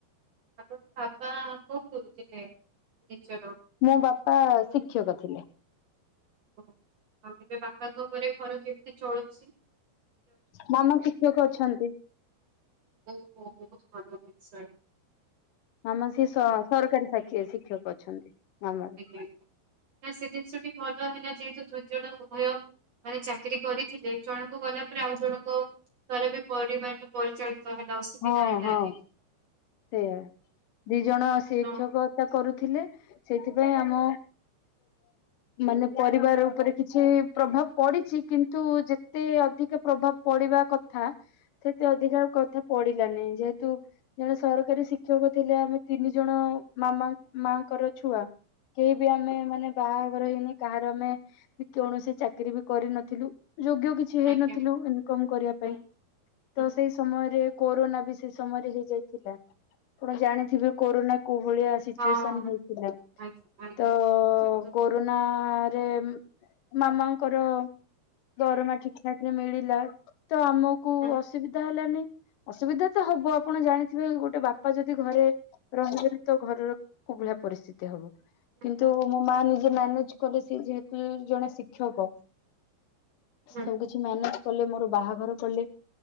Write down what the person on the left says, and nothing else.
ମୋ ବାପା ଶିକ୍ଷକ ଥିଲେ।
ମାମା ଶିକ୍ଷକ ଅଛନ୍ତି।
ମାମା ସେଇ ସ ସରକାରୀ ଶିକ୍ଷକ ଅଛନ୍ତି, ଗ୍ରାମରେ।
ହଁ
ହଁ ସେଇଆ, ଦି ଜଣ ଶିକ୍ଷକତା
କରୁଥିଲେ, ସେଇଥିପାଇଁ ଆମ ମାନେ ପରିବାର ଉପରେ କିଛି ପ୍ରଭାବ ପଡିଚି କିନ୍ତୁ ଯେତେ ଅଧିକା ପ୍ରଭାବ ପଡିବା କଥା ସେତେ ଅଧିକା କଥା ପଡ଼ିଲାନି, ଯେହେତୁ ଜଣେ ସରକାରୀ ଶିକ୍ଷକ ଥିଲେ, ଆମେ ତିନି ଜଣ ମାମା ମାଙ୍କର ଛୁଆ କେହି ବି ଆମେ ମାନେ ବାହାଘର ହେଇନି କାହାର, ଆମେ କୌଣସି ଚାକିରି ବି କରିନଥିଲୁ, ଯୋଗ୍ୟ କିଛି କିଛି ହେଇନଥିଲୁ
ଇନକମ କରିବା
ପାଇଁ, ତ
ସେଇ ସମୟରେ, କୋରୋନା ବି ସେଇ ସମୟରେ ହେଇଯାଇ ଥିଲା, ଆପଣ ଜାଣିଥିବେ କରୋନା କୋଉ ଭଳିଆ ଆସି ସିଚୁଏସନ୍
ହେଇଥିଲା,
ତ
କରୋନା ରେ ମାମାଙ୍କର ଦରମା ଠିକ ଠାକ ରେ ମିଲିଲା। ତ ଆମକୁ
ଅସୁବିଧା ହେଲାନି, ଅସୁବିଧା ତ ହବ, ଆପଣ ଜାଣି ସେଥି ପାଇଁ ଗୋଟେ ବାପା ଯଦି ଘରେ ରହିବେନି ତ, ଘରର କୋଉ ଭଳିଆ ପରିସ୍ଥିତି ହବ।
କିନ୍ତୁ
ମୋ ମା ନିଜେ ମ୍ୟାନେଜ କଲେ, ସେ ଯେହେତୁ ଜଣେ ଶିକ୍ଷକ। ସବୁ
କିଛି ମ୍ୟାନେଜ କଲେ ମୋର ବାହାଘର କଲେ,